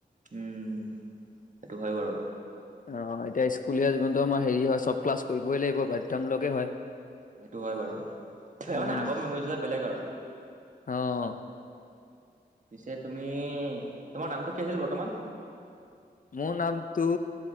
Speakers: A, on the right (about 45°); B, on the left (about 50°).
A: উম সেইটো হয় বাৰু
B: অ এতিয়া স্কুলীয়া জীৱনতো আমাৰ হেৰি হয় চব ক্লাছ কৰিবই লাগিব বাধ্যতামূলকেই হয়
A: সেইটো হয় বাৰু
B: উম,
A: মানে আগৰ মেমৰিবিলাক বেলেগ আৰু
B: অ'
A: পিছে তুমি তোমাৰ নামটো কি আছিল বৰ্তমান
B: মোৰ নামটো